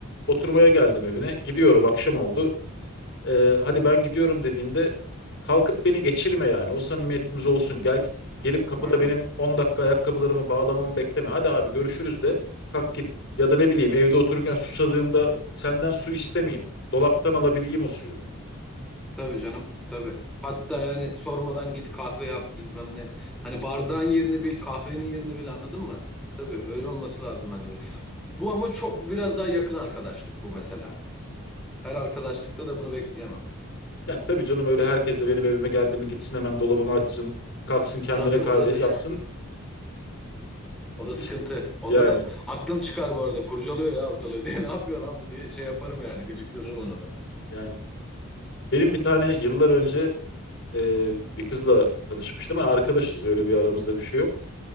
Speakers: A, on the left; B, in the centre.
A: oturmaya geldim evine gidiyorum akşam oldu. Ee, hadi ben gidiyorum dediğinde kalkıp beni geçirme yani o samimiyetimiz olsun. Gel gelip kapıda
B: Aynen.
A: benim 10 dakika ayakkabılarımı bağlamamı bekleme. Hadi abi görüşürüz de kalk git. Ya da ne bileyim evde otururken susadığımda senden su istemeyeyim. Dolaptan alabileyim o suyu.
B: Tabii canım. Tabii. Hatta yani sormadan git kahve yap bilmem ne. Hani bardağın yerini bil, kahvenin yerini bil anladın mı? Tabii öyle olması lazım bence. Bu ama çok biraz daha yakın arkadaşlık bu mesela. Her arkadaşlıkta da bunu bekleyemem.
A: Ya tabii canım öyle herkes de benim evime geldi mi gitsin hemen dolabımı açsın. Kalksın kendine
B: Tabii
A: kahve
B: o da
A: yapsın.
B: <laughs> o da
A: İşte
B: sıkıntı. Onda
A: yani
B: da aklım çıkar bu arada. Kurcalıyor ya ortalığı <laughs> diye. Ne yapıyor lan bu diye şey yaparım yani. Gıcıklanırım ona da.
A: yani. Benim bir tane yıllar önce e, bir kızla tanışmıştım. Ama arkadaşız öyle bir aramızda bir şey yok.